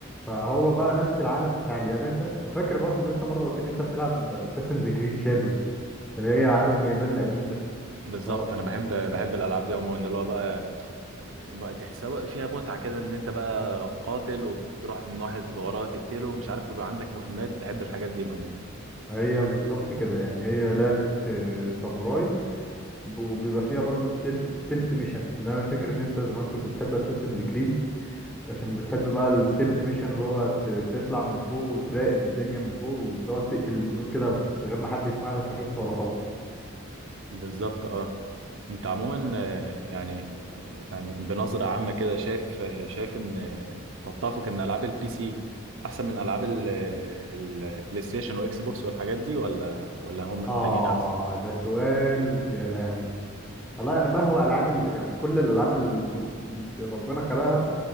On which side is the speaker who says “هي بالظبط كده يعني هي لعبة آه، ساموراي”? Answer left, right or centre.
Centre